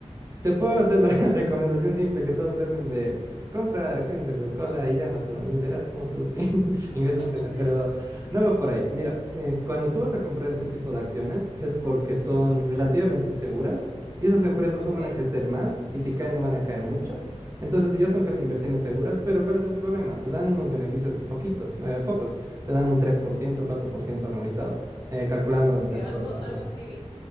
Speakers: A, on the right; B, on the left.
A: Te puedo hacer la <laughs> recomendación simple que todos te hacen de compra acciones de Coca-Cola y de Amazon y verás cómo tus <laughs>
B: <laughs>
A: ingresos crecen, pero no va por ahí. Mira, eh, cuando tú vas a comprar ese tipo de acciones es porque son relativamente seguras y esas empresas
B: Ok.
A: no van a crecer más y si caen no van a caer mucho. Entonces ya son casi inversiones seguras, pero ¿cuál es el problema? Te dan unos beneficios poquitos, eh, pocos. Te dan un tres por ciento, cuatro por ciento anualizado, eh, calculando de
B: Sí,
A: acuerdo
B: algo,
A: a lo que tú...
B: algo así vi.